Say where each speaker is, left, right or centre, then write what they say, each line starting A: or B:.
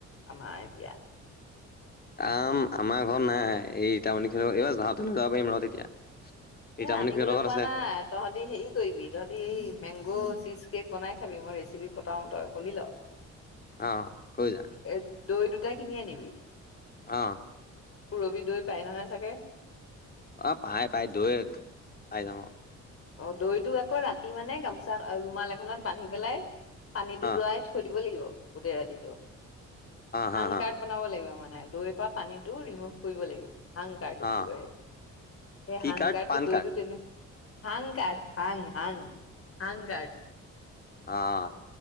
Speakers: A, on the left (about 50°); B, on the left (about 30°).
A: আমাৰ এতিয়া
B: আম আমাৰ ঘৰত নাই এই ইটামণি এইবাৰ যাওঁতে লৈ যাব পাৰিম ৰ তেতিয়া ৰীতামণি
A: এ' আনিবলৈ
B: খুৰীহঁতৰ ঘৰত
A: কোৱা
B: আছে
A: নাই তোহঁতি হেৰি কৰিবি তোহঁতে এই মেংগ চিজ কেক বনাই খাবি মই ৰেচিপি পথাও তই শুনি ল।
B: অ কৈ যা,
A: এ দৈ দুটা কিনি আনিবি।
B: অঁ
A: পুৰবি দৈ পায় নহয় চাগে,
B: অ পাই পাই দৈ পাই যাম অহ,
A: অ দৈটো আকৌ ৰাতি মানে গামোচা ৰুমাল এখনত বান্ধি পেলাই পানীটো
B: অ',
A: যোৱাই থৈ দিব লাগিব, গোটেই ৰাতিটো
B: অ', হা
A: হাং
B: হা
A: কাৰ্ড বনাব লাগিব মানে। দৈৰ পৰা পানীটো ৰিমুভ কৰিব লাগিব। হাংকাৰ্ড বুলি
B: অ',
A: কয় সেইটো, সেই
B: কি
A: হাং
B: কাৰ্ড
A: কাৰ্ডটো
B: পান
A: দৈতটো
B: কাৰ্ড
A: তেনে হাং কাৰ হাং হাং হাং কাৰ
B: অঁ